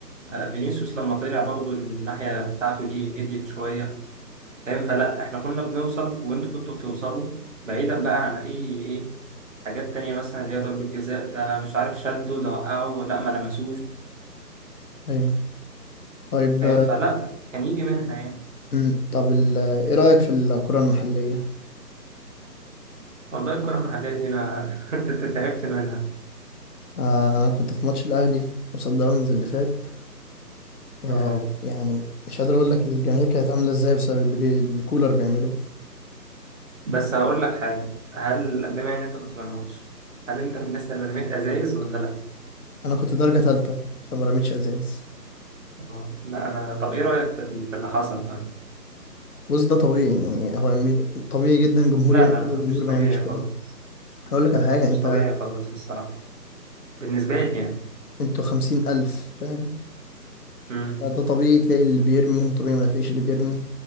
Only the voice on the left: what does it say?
ايوه طيب
مم. طب ال- ايه رأيك في الكرة المحلية
آه، انا كنت في ماتش الاهلي وصن داونز اللي فات آه،
يعني مش قادر اقول لك الجماهير كانت عامله ازاي بسبب اللي بي... الكولر بيعمله
انا كنت درجه ثالثه فما رميتش ازايز
بص ده طبيعي يعني هو مي... طبيعي جدا جمهور
يعمل
كده
وجمهور
ما يعملش كده
هقول لك على حاجه
انت
انتوا خمسين الف فاهم
فده طبيعي تلاقي اللي بيرمي وطبيعي ما تلاقيش اللي بيرمي